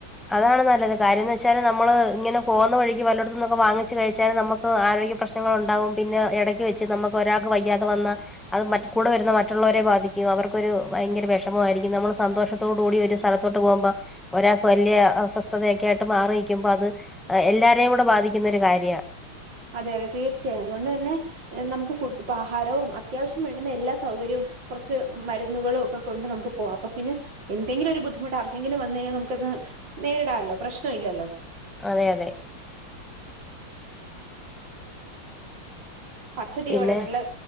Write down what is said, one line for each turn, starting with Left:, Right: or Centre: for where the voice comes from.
Centre: അതാണ് നല്ലത് കാര്യന്ന് വെച്ചാല് നമ്മള് ഇങ്ങനെ പോവുന്ന വഴിക്ക് വല്ലോടത്തുന്നൊക്കെ വാങ്ങിച്ച് കഴിച്ചാലും നമ്മക്ക് ആരോഗ്യപ്രശ്നം ശ്നങ്ങളൊണ്ടാവും പിന്നെ എടയ്ക്ക് വെച്ച് നമക്കൊരാക്ക് വയ്യാതെ വന്ന അത് മറ്റ് കൂടെ വരുന്ന മറ്റുള്ളോരെ ബാധിക്കും അവർക്കൊരു ഭയങ്കര വെഷമവായിരിക്കും നമ്മൾ സന്തോഷത്തോട് കൂടി ഒരു സ്ഥല ത്തോട്ട് പോവുമ്പോ ഒരാക്ക് വല്യ അസ്വസ്ഥതയൊക്കെ ആയിട്ട് മാറി നിക്കുമ്പോ അത് ആഹ് എല്ലാരേം കൂടെ ബാധിക്കുന്നൊരു കാര്യാ
Right: അതെ അതെ തീർച്ചയായും അതുകൊണ്ട് തന്നെ ഏഹ് നമുക്ക് ഫുഡ് ഇപ്പ ആഹാരവും അത്യാവിശ്യം വേണ്ടുന്ന എല്ലാ സൗകര്യോം കൊറച്ച് മരുന്നുകളും ഒക്കെ കൊണ്ട് നമുക്ക് പോവാം അപ്പൊ പിന്നെ എന്തെങ്കിലൊരു ബുദ്ധിമുട്ടാർക്കെങ്കിലും വന്ന് കഴിങ്ങാൽ നമുക്കത് നേരിടാല്ലോ പ്രശ്നവില്ലല്ലോ
Centre: അതെ അതെ
Right: പദ്ധതിയോടെ
Centre: പിന്നെ
Right: നല്ല